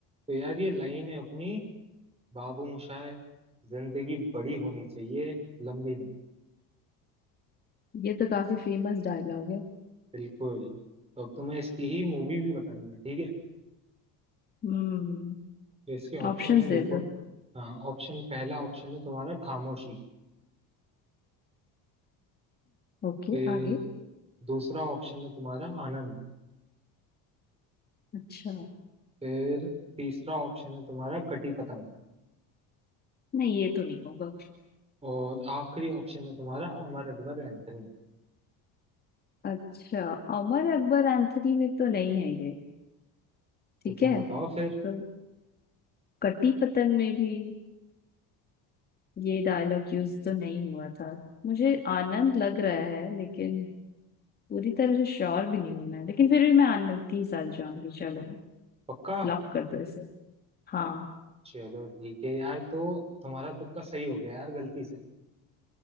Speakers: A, on the right; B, on the left.
A: तो यार ये लाइन है अपनी बाबू मोशाय जिंदगी बड़ी होनी चाहिए लंबी नहीं
B: ये तो काफी फेमस डायलॉग है
A: बिल्कुल तो अब तुम्हें इसकी ही मूवी भी बतानी है ठीक है
B: हम्म
A: तो इसके ऑप्शन
B: ऑप्शंस
A: है
B: दे
A: देखो
B: दो
A: हाँ ऑप्शन पहला ऑप्शन है तुम्हारा खामोशी
B: ओके
A: फिर
B: आगे
A: दूसरा ऑप्शन है तुम्हारा आनंद
B: अच्छा
A: फिर तीसरा ऑप्शन है तुम्हारा कटी पतंग
B: नहीं ये तो नहीं होगा
A: और आखिरी ऑप्शन है तुम्हारा अमर अकबर एंथनी
B: अच्छा अमर अकबर एंथनी में तो नहीं है ये। ठीक
A: तो तुम
B: है
A: बताओ फिर
B: तो कटी पतंग में भी ये डायलॉग यूज तो नहीं हुआ था मुझे आनंद लग रहा है लेकिन पूरी तरह से श्योर भी नहीं हूं मैं लेकिन फिर भी मैं आनंद के ही साथ जाऊंगी चलो
A: पक्का
B: लॉक कर दो इसे हाँ
A: चलो ठीक है यार तो तुम्हारा तुक्का सही हो गया यार गलती से